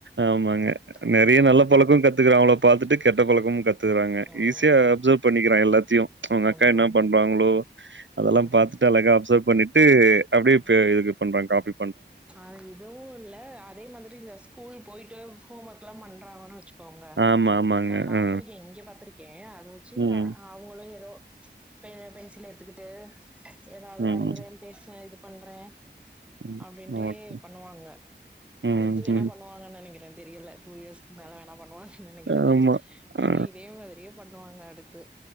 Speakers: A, on the right; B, in the centre.
A: ஆமாங்க
B: ம்
A: நெறய நல்ல பழக்க கத்துக்குறா அவள பாத்துட்டு கெட்ட பழக்கமு கத்துக்கறாங்க
B: ம்
A: ஈஸியா அப்சர்வ் பண்ணிக்கிறா எல்லாத்தையு அவுங்க
B: ம்
A: அக்கா என்ன பண்றாங்களோ அதெல்லா
B: ம்
A: பாத்துட்டு அழகா அப்சர்வ் பண்ணிட்டு அப்டியே ப இதுக் கு பண்றாங்க காபி
B: ஆ இதுவு இல்ல அதே மாதிரி இந்த ஸ்கூல் போயிட்டு ஹோம் ஒர்க் எல்லா பண்றாங்கன்னு வச்சு கோங்க
A: ஆமா, ஆமாங்க.
B: நா பாத்திருக்கே
A: ஆ.
B: இங்க பாத்திருக் கே அத வச்சு
A: ம்.
B: அவுங்களு ஏதோ பே பே சில எடுத்துக்கிட்டு ஏதாவது
A: ம்.
B: வரையறே பேசறே இது பண்றே
A: ம்.
B: அப்டின் டே
A: ஓகே.
B: பண்ணுவாங்க
A: ம்.
B: அடுத்து வேணா
A: ம்.
B: பண்ணுவாங்கன்னு நெனக்கிறே தெரியல டூ இயர்ஸ்க்கு மேல வேணா பண்ணுவாங்கன்னு நெனக்கிறே
A: ஆமா. ஆ.
B: ஆனா இதே மாதிரியே பண்ணுவாங்க அடுத்து